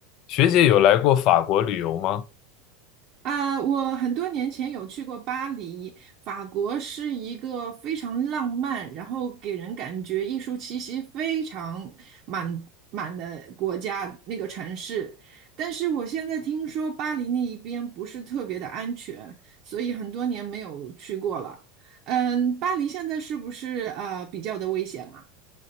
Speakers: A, on the left; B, on the right.
A: 学姐有来过法国旅游吗？
B: 啊，我很多年前有去过巴黎，法国是一个非常浪漫，然后给人感觉艺术气息非常满满的国家，那个城市。但是我现在听说巴黎那一边不是特别的安全，所以很多年没有去过了。嗯，巴黎现在是不是呃比较的危险啊？